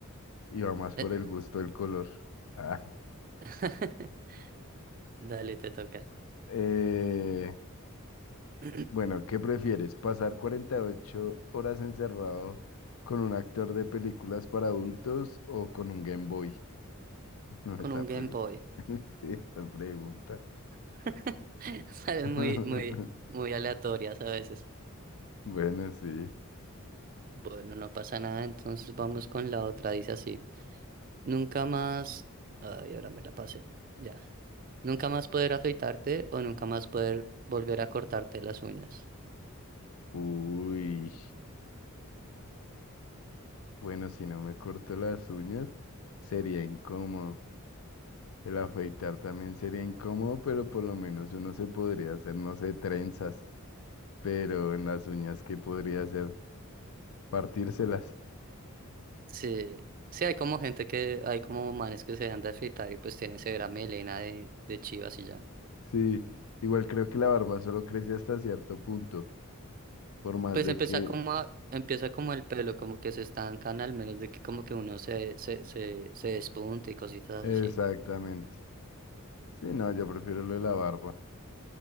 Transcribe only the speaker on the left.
y va más por
el gusto del color. Ah,
eh,
bueno, ¿qué prefieres? ¿Pasar 48 horas encerrado con un actor de películas para adultos o con un Game Boy? <laughs> No, esa
pre-
<laughs> sí, esa pregunta.
<laughs>
Bueno, sí.
Uy, bueno, si no me corto las uñas, sería incómodo. El afeitar también sería incómodo, pero por lo menos uno se podría hacer, no sé, trenzas, pero en las uñas, ¿qué podría hacer? Partírselas.
Sí, igual creo que la barba solo crece hasta cierto punto, por más
de
que...
Exactamente.
Sí, no, yo prefiero lo de la barba.